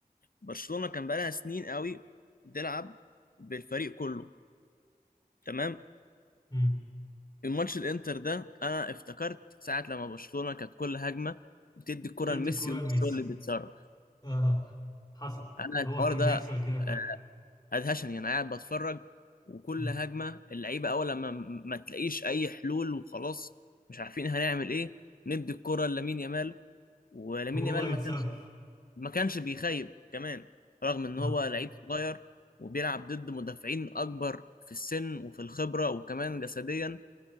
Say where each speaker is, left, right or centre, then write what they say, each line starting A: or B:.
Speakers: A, on the left; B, on the left.
A: برشلونة كان بقالها سنين قوي بتلعب بالفريق كله تمام
B: مم.
A: الماتش الانتر ده انا افتكرت ساعة لما برشلونة كانت كل هجمة بتدي الكرة
B: تدي
A: لميسي
B: الكرة
A: وميسي
B: لميسي
A: هو اللي بيتصرف
B: اه حصل
A: انا الحوار
B: هو كان
A: ده
B: بيحصل كده
A: آه،
B: فعلا
A: ادهشني انا قاعد بتفرج وكل
B: مم.
A: هجمة اللعيبة اول لما م- ما تلاقيش اي حلول وخلاص مش عارفين هنعمل ايه ندي الكرة لامين يامال ولامين
B: وهو
A: يامال
B: يتصرف
A: ما كانش ما كانش بيخيب كمان رغم ان
B: اه
A: هو لعيب صغير وبيلعب ضد مدافعين اكبر في السن وفي الخبرة وكمان جسديا